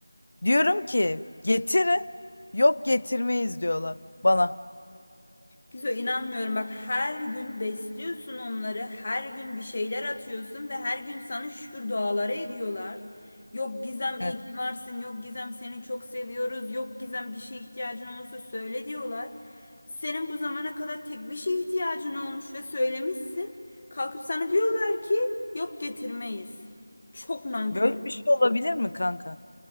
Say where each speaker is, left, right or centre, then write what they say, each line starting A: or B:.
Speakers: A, on the left; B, on the left.
A: Diyorum ki getirin. Yok getirmeyiz diyorlar bana.
B: Gizo inanmıyorum bak her gün besliyorsun onları her gün bir şeyler atıyorsun ve her gün sana şükür duaları ediyorlar. Yok Gizem iyi
A: Evet.
B: ki varsın yok Gizem seni çok seviyoruz yok Gizem bir şeye ihtiyacın olursa söyle diyorlar. Senin bu zamana kadar tek bir şeye ihtiyacın olmuş ve söylemişsin. Kalkıp sana diyorlar ki yok getirmeyiz. Çok nankörler.
A: Böyle bir şey olabilir mi kanka?